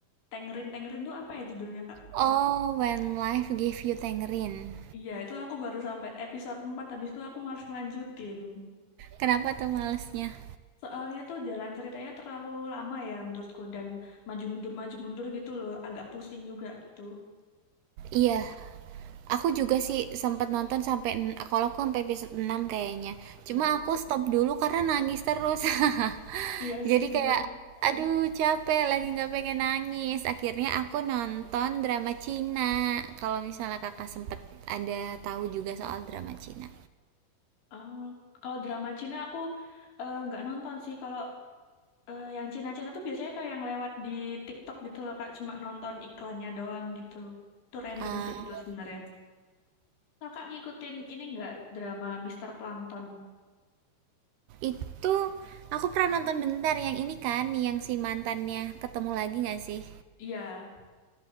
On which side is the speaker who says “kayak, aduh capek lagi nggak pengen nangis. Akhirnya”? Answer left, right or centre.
Right